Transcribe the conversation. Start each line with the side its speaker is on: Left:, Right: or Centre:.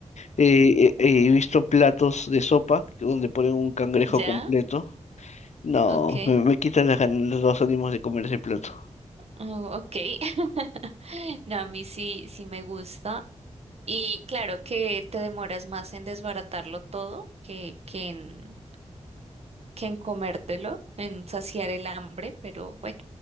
Left: Eh, eh, eh, he visto platos de sopa que- donde ponen un cangrejo
Right: ¿Ya?
Left: completo. No,
Right: Ok.
Left: me, me quitan las ganas, los ánimos de comer ese plato.
Right: Oh, ok. <laughs> No, a mí sí, sí me gusta. Y claro que te demoras más en desbaratarlo todo que, que en que en comértelo, en saciar el hambre, pero bueno,